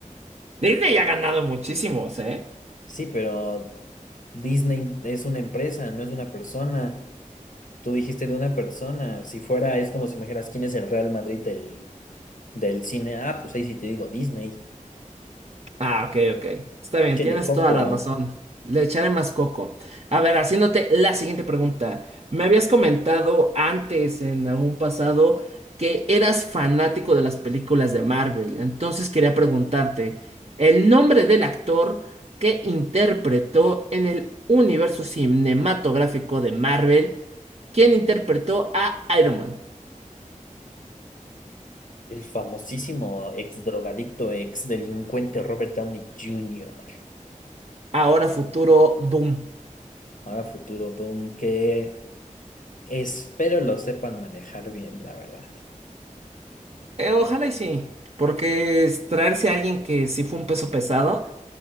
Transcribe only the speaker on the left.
Sí, pero Disney es una empresa, no es una persona. Tú dijiste de una persona. Si fuera, es como si me dijeras quién es el Real Madrid del, del cine. Ah, pues ahí sí te digo Disney.
Chele
Coco,
el famosísimo ex drogadicto, ex delincuente Robert Downey Jr.
Ahora futuro Doom, ¿qué? Espero lo sepan manejar bien, la verdad.